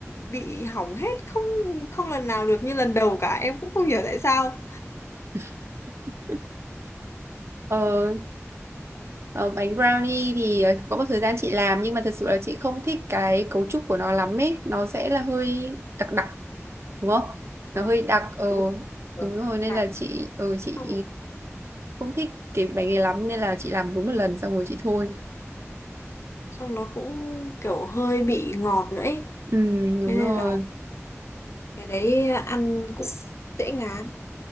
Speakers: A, on the left; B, on the right.
A: bị hỏng hết không không lần nào được như lần đầu cả em cũng không hiểu tại sao
B: <laughs> Ờ, ờ, bánh brownie thì ờ, có một thời gian chị làm nhưng mà thật sự là chị không thích cái cấu trúc của nó lắm ấy nó sẽ là hơi đặc đặc đúng không
A: Ờ,
B: nó hơi đặc ờ
A: đúng rồi
B: đúng rồi nên
A: Đặc.
B: là chị ờ chị
A: xong
B: không thích cái bánh này lắm nên là chị làm đúng một lần xong rồi chị thôi
A: xong nó cũng kiểu hơi bị ngọt nữa ấy
B: ừ đúng
A: Thế nên
B: rồi
A: là cái đấy ăn cũng dễ ngán